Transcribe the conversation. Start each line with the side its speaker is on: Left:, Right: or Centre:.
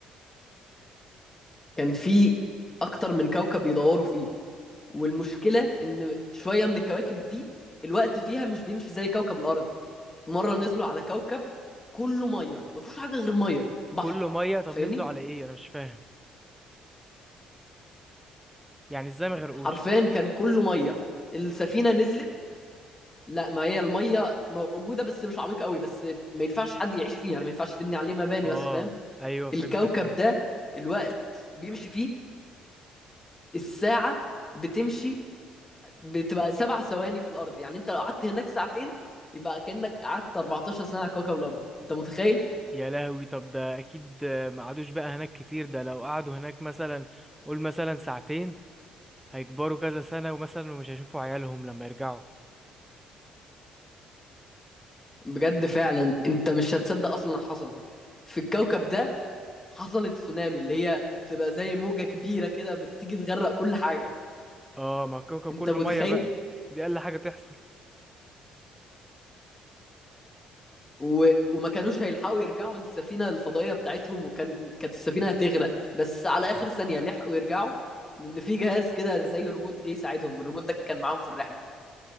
Left: كان في أكتر من كوكب بيدوروا فيه والمشكلة إن شوية من الكواكب دي الوقت فيها مش بيمشي زي كوكب الأرض مره نزلوا على كوكب كله ميه ما فيهوش حاجه غير ميه بحر
Centre: كله ميه طب
Left: فاهمني
Centre: نزلوا على ايه انا مش فاهم يعني ازاي ما غرقوش
Left: حرفيا كان كله ميه السفينه نزلت لا ما هي الميه موجوده بس مش عميقه قوي بس ما ينفعش حد يعيش فيه يعني ما ينفعش تبني عليه مباني
Centre: اه
Left: بس فاهم
Centre: ايوه فهمتك
Left: الكوكب
Centre: فهمت
Left: ده الوقت بيمشي فيه الساعه بتمشي بتبقى سبع ثواني في الارض يعني انت لو قعدت هناك ساعتين يبقى كانك قعدت 14 سنه على كوكب الارض انت متخيل
Centre: يا لهوي طب ده اكيد ما قعدوش بقى هناك كتير ده لو قعدوا هناك مثلا قول مثلا ساعتين هيكبروا كذا سنة ومثلا مش هيشوفوا عيالهم لما يرجعوا
Left: بجد فعلا انت مش هتصدق اصلا اللي حصل في الكوكب ده حصلت تسونامي اللي هي بتبقى زي موجة كبيرة كده بتيجي تغرق كل حاجة
Centre: اه ما الكوكب
Left: انت
Centre: كله
Left: متخيل
Centre: ميه بقى دي اقل حاجة تحصل
Left: و... وما كانوش هيلحقوا يرجعوا للسفينة الفضائية بتاعتهم وكان كانت السفينة هتغرق بس على آخر ثانية لحقوا يرجعوا لأن في جهاز كده زي روبوت جه يساعدهم الروبوت ده كان معاهم في الرحلة